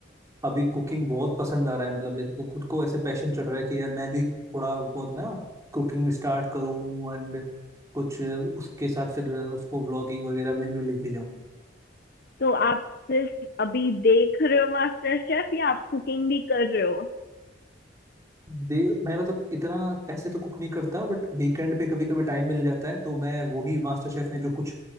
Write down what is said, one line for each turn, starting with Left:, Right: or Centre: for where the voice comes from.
Right: अभी कुकिंग बहुत पसंद आ रहा है मतलब मेरे को खुद को ऐसे पैशन चढ़ रहा है कि यार मैं भी थोड़ा बहुत ना कुकिंग स्टार्ट करूँ एंड कुछ उसके साथ फिर उसको व्लॉगिंग वगैरह में भी लेके जाऊँ
Left: तो आप सिर्फ अभी देख रहे हो मास्टर शेफ या आप कुकिंग भी कर रहे हो
Right: दे मैं मतलब इतना ऐसे तो कुक नहीं करता बट वीकेंड पे कभी कभी टाइम मिल जाता है तो मैं वही मास्टर शेफ में जो कुछ